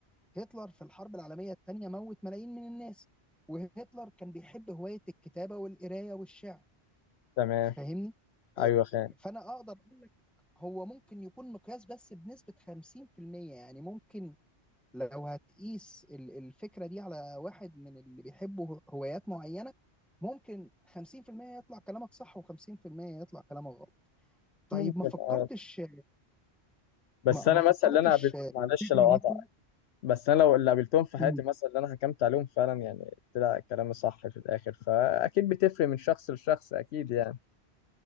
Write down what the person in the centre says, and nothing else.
هتلر في الحرب العالميه الثانيه موت ملايين من الناس وهتلر كان بيحب هوايه الكتابه والقرايه والشعر
فاهمني آه،
فانا اقدر هو ممكن يكون مقياس بس بنسبة 50% يعني ممكن لو هتقيس ال- الفكرة دي على واحد من اللي بيحبوا هوايات معينة ممكن 50% يطلع كلامك صح و50% يطلع كلامك غلط طيب
ما فكرتش
ما,
ما فكرتش
تقرا
مثلا
مم.